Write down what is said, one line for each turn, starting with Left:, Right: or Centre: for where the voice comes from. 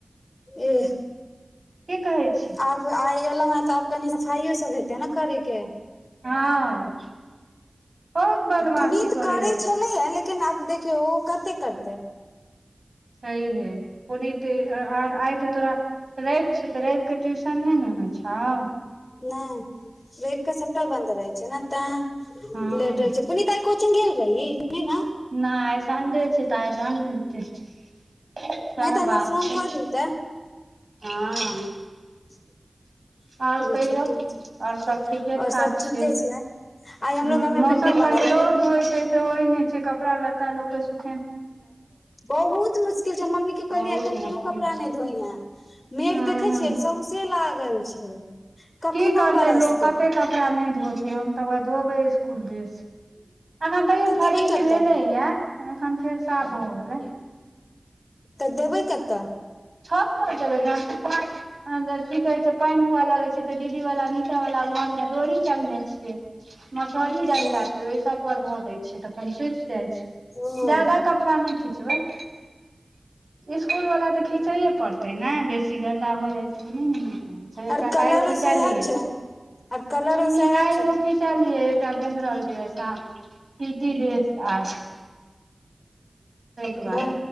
Left: एह
Right: कि कहै छी
Left: आब आइ एलहुं हें तऽ आब कनी सफाइयो सब हेतै ने करै के
Right: हँ बहुत बदमाशी
Left: पुनीत
Right: करे
Left: करै
Right: जाइ
Left: छलैया
Right: छै
Left: लेकिन आब देखियौ ओ कते करते
Right: छहीए है पुनित आइ त तोरा रवि छ तऽ रविकेऽ ट्यूशन नहि ने होइ छाउ
Left: नहि रैव क सबटा बन्द रहै छै ने ते
Right: हँ
Left: लेटै छै पुनीता कोचिंग गेल रही नई न
Right: नहि आइ संडे छै तऽ आइ बंद हेतये सएह
Left: नहि तऽ हमरा
Right: बात
Left: फोन
Right: छै
Left: कऽ देतै
Right: हँ
Left: <unintelligible>
Right: आओर
Left: जे
Right: कहियौ
Left: छुट्टी
Right: आओर
Left: छै
Right: सब ठीके
Left: आओर
Right: ठाक
Left: सब ठीके
Right: छै
Left: आइ हमरो
Right: ह
Left: घरमे
Right: मौसम
Left: भिंडी बनल
Right: कनि
Left: ह
Right: रोध
Left: दू दिन
Right: होइत
Left: तक
Right: छै तऽ होइ नहि छै कपड़ा लत्ता लोकके सु
Left: बहुत मुश्किल छै मम्मी के कहलियै
Right: बहुत
Left: एखन कनो
Right: मुश्किल
Left: कपड़ा नहि धो
Right: छै
Left: मेघ
Right: ह
Left: देखे छियै सौंसे लागल छै कखनो
Right: की करतै
Left: बरसतै
Right: लोक कते कपड़ा नहि धोते हम तऽ व धोबै इसकुल ड्रेस अखन तैयो
Left: तऽ
Right: फ्रिज
Left: देबै कतऽ
Right: भेले ये अखन फेर साफ भऽ गेले
Left: तऽ देबै कतऽ
Right: छत पर जेबै ज की कहे छै पानि हुए लागै छै दीदी वाला नीचा वाला घर मे डोरी चंगने छियै मसहरी डनटा
Left: ओ
Right: त ओहि सभ पर धऽ दै छियै तऽख सुखि जाइ छै
Left: ओ
Right: जादा कपड़ा नहि खीचबै इसकुल वला तऽ खीचैए पड़तै ने बेसी गन्दा भ जाइत छै एकटा
Left: आर कलरो
Right: काल्हि खिचलियए
Left: सेहे छै आर कलरो
Right: ह
Left: सेहे
Right: काहिलो
Left: छै
Right: चलिय एकटा जेनरल ड्रेस ह की की ड्रेस आ दुआरे
Left: बाह